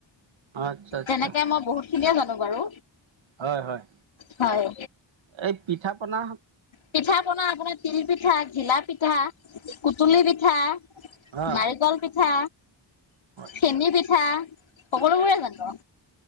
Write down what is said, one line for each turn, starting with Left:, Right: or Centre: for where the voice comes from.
Right: আচ্ছা আচ্ছা
Left: তেনেকে মই বহুত খিনিয়ে জানো বাৰু
Right: হয় হয়
Left: হয়
Right: এই পিঠা পনা
Left: পিঠা পনা আপোনাৰ তিল পিঠা ঘিলা পিঠা কুতুলি পিঠা
Right: অ
Left: নাৰিকল পিঠা
Right: আচ্ছা
Left: চেনী পিঠা সকলোবোৰে জানো